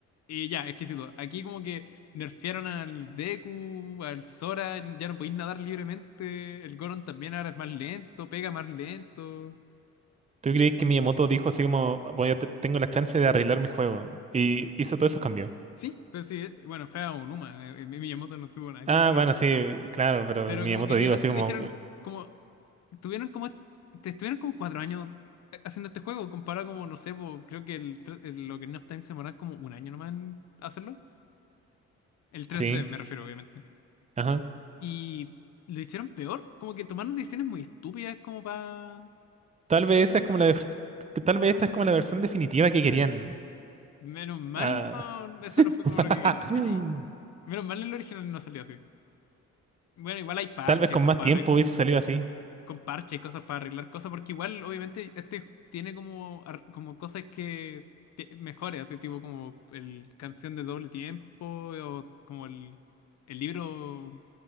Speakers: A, on the left (about 60°); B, on the right (about 25°).
A: Y ya, exquisito. Aquí como que nerfearon al Deku, al Sora, ya no podéis nadar libremente. El Goron también ahora es más lento, pega más lento.
B: ¿Tú crees que Miyamoto dijo así como, voy a te- tengo la chance de arreglar mi juego? Y hizo todos esos cambios.
A: Sí, pero sí, eh, bueno, fue a Onuma. eh, eh, Miyamoto no tuvo nada que
B: Ah,
A: ver, pero
B: bueno, sí, claro, pero
A: Pero
B: Miyamoto
A: como que literalmente
B: dijo así como,
A: dijeron, como, tuvieron como, te estuvieron como cuatro años eh, haciendo este juego, comparado como, no sé, po, creo que el, tre- el Ocarina of Time se demoraron como un año nomás en hacerlo. El
B: sí,
A: tres d me refiero, obviamente.
B: ajá.
A: Y lo hicieron peor, como que tomaron decisiones muy estúpidas como para...
B: Tal vez esa es como la, def- tal vez esta es como la versión definitiva que querían.
A: Menos mal,
B: Ah,
A: no, eso no fue como lo que querían.
B: <clears throat> Mm.
A: como- Menos mal el original no salió así. Bueno, igual hay parches
B: tal vez con
A: como
B: más
A: para
B: tiempo hubiese salido así.
A: con parches y cosas para arreglar cosas, porque igual, obviamente, este tiene como, ar- como cosas que te- mejores, así tipo como el canción de doble tiempo, o como el, el libro,